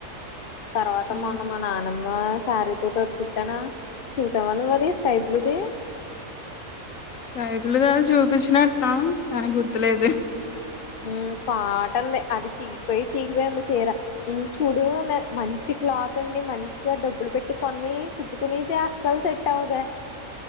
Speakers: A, on the left; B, on the left.
A: తర్వాత
B: ఆ!
A: మోన్న మా నాన్నమ్ ఆ శారీ తోటి ఓటి కుట్టాన చూసావా నువ్వది స్కై బ్లూది
B: స్కై బ్లూ ద చూపించినట్నావ్ కానీ గుర్తులేదు
A: ఉ పా అంది అది చీకిపోయి చీకిపోయింది చీర ఇం చూడున్ మంచి క్లాత్ అండి మంచిగా డబ్బులు పెట్టి కొన్ని కుట్టుకునేదే అస్సల్ సెట్ అవ్వదే